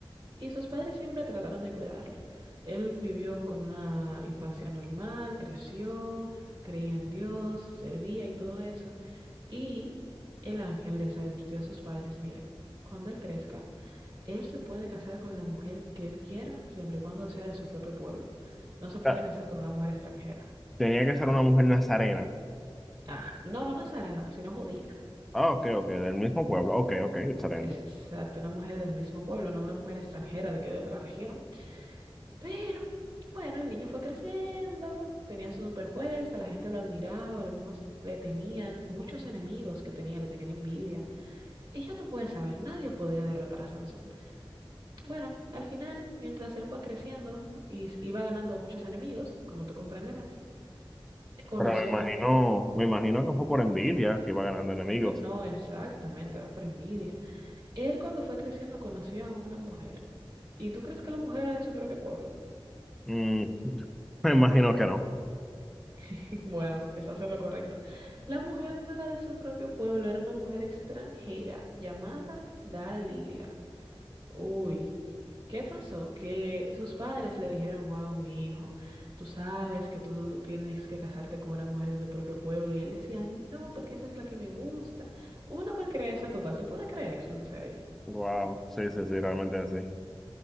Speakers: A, on the right; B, in the centre.
A: Y sus padres siempre trataron de cuidarlo. Él vivió con una infancia normal, creció, creía en Dios, servía y todo eso. Y el ángel les advirtió a sus padres, miren, cuando él crezca, él se puede casar con la mujer que él quiera, siempre y cuando sea de su propio pueblo. No se puede
B: sea,
A: casar con una mujer extranjera.
B: tenía que ser una mujer nazarena.
A: Ah, no, no nazarena, sino judía.
B: Ah, ok, ok, del mismo pueblo. Ok, ok, excelente.
A: Exacto, una mujer del mismo pueblo, no una mujer extranjera de que de otra región, Pero, bueno, el niño fue creciendo, tenía su super fuerza, la gente lo admiraba, algunos le temían, muchos enemigos que tenía le tenían envidia. Y ya tú puedes saber, nadie podía derrotar a Sansón. Bueno, al final, mientras él fue creciendo y s- iba ganando muchos enemigos, como tú comprenderás, eh, conoció
B: Pero me imagino,
A: a una mujer.
B: me imagino que fue por envidia que iba ganando enemigos.
A: No exactamente, era por envidia. Él cuando fue creciendo conoció a una mujer. ¿Y tú crees que la mujer era de su propio pueblo?
B: Mm, <laughs> me imagino que no.
A: <laughs> Bueno, estás en lo correcto. La mujer no era de su propio pueblo, era una mujer extranjera llamada Dalila. Uy, ¿qué pasó? Que sus padres le dijeron, wow, mi hijo, tú sabes que tú tienes que casarte con una mujer de tu propio pueblo. Y él decía, no, porque esa es la que me gusta. Una malcrianza total, ¿tú puedes creer eso en serio?
B: Wow, sí, sí, sí, realmente así.